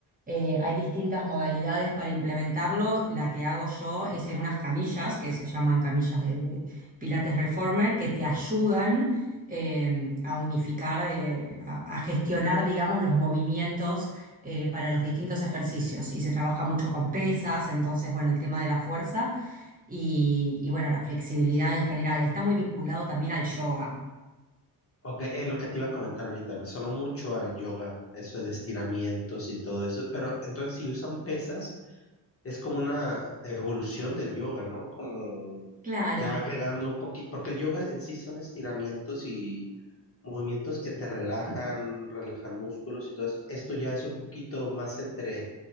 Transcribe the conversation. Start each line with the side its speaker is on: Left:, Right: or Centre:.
Right: Eh, hay distintas modalidades para implementarlo. La que hago yo es en unas camillas, que se llaman camillas de Pilates Reformer, que te ayudan eh, a unificar, eh, a, a gestionar, digamos, los movimientos eh, para los distintos ejercicios. Y se trabaja mucho con pesas, entonces, bueno, el tema de la fuerza y, y, bueno, la flexibilidad en general. Está muy vinculado también al yoga.
Left: Ok, es lo que te iba a comentar ahorita, me sonó mucho al yoga, eso de estiramientos y todo eso, pero entonces si usan pesas, es como una evolución del yoga, ¿no? Como
Right: Claro,
Left: ya agregando un poquito, porque el yoga en sí son estiramientos y movimientos que te relajan, relajan músculos y todo eso. Esto ya es un poquito más entre